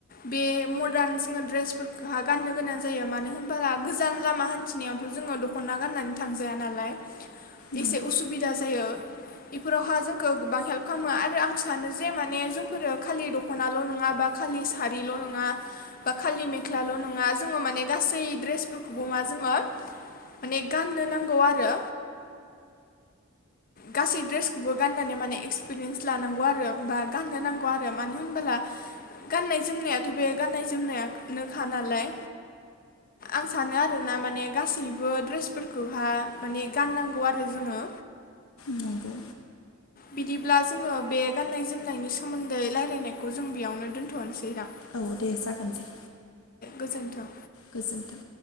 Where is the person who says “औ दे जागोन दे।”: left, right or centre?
Left